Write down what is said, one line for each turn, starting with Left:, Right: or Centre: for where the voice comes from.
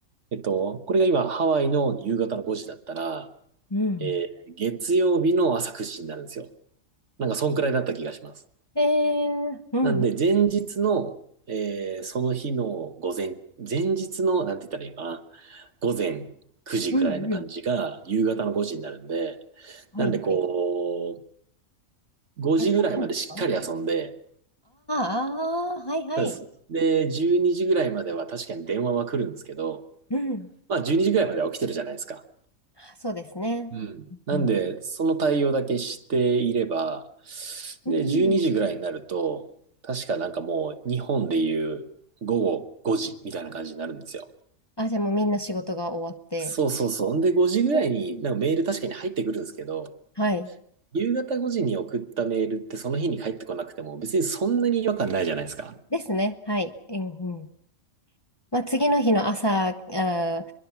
Right: えっと、これが今、ハワイの夕方の5時だったら、
Left: うん。
Right: えー月曜日の朝9時になるんですよ。なんか、そんくらいだった気がします。
Left: えー、うん、
Right: なんで、前日の、えーその日の午前、前日の、なんて言ったらいいのかな、午前9時くらいな感じが、
Left: うん、うん。
Right: 夕方の5時になるんで、
Left: はい、
Right: なんで、
Left: はい。
Right: こう、5時ぐらいまでしっかり遊んで、
Left: 逆にいいんですかあーあー、はい、はい。
Right: そうです。で、12時ぐらいまでは確かに電話は来るんですけど、
Left: うん。
Right: まあ、12時ぐらいまでは起きてるじゃないですか。
Left: そうですね。
Right: うん。なんで、
Left: うん。
Right: その対応だけしていれば、
Left: うん
Right: で、12時ぐらいになると、確かなんかもう日本でいう午後5時みたいな感じになるんですよ。
Left: あ、じゃあもうみんな仕事が終わって。
Right: そうそうそう。んで、5時ぐらいになんかメール確かに入ってくるんですけど、
Left: うんはい。
Right: 夕方5時に送ったメールってその日に返ってこなくても別にそんなに違和感ないじゃないですか。
Left: ですね。はい。うん、うん。まあ、次の日の朝、あー、